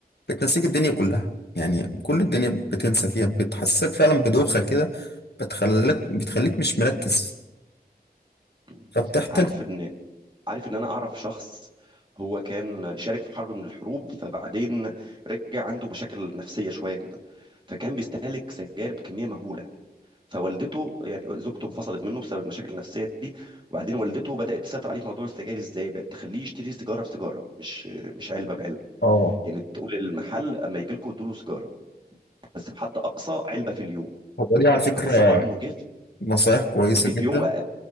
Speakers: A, on the left (about 80°); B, on the right (about 30°).
A: بتنسيك الدنيا كلها يعني كل الدنيا بتنسى فيها بتحسسك فعلا بدوخة كده بتخليك بتخليك مش مركز
B: مم.
A: فبتحتاج
B: عارف ان عارف ان انا اعرف شخص هو كان شارك في حرب من الحروب فبعدين رجع عنده مشاكل نفسية شوية كده فكان بيستهلك سجاير بكمية مهولة فوالدته يعني زوجته انفصلت منه بسبب المشاكل النفسية دي وبعدين والدته بدأت تسيطر عليه في موضوع السجاير ازاي بقت تخليه يشتري سيجارة بسيجارة مش مش علبة بعلبة
A: اه
B: يعني تقول المحل اما يجي لكم ادوا له سيجارة بس بحد اقصى علبة في اليوم
A: هو دي على فكرة
B: فتصور انه جه في-
A: نصايح كويسة
B: جه
A: جدا
B: في يوم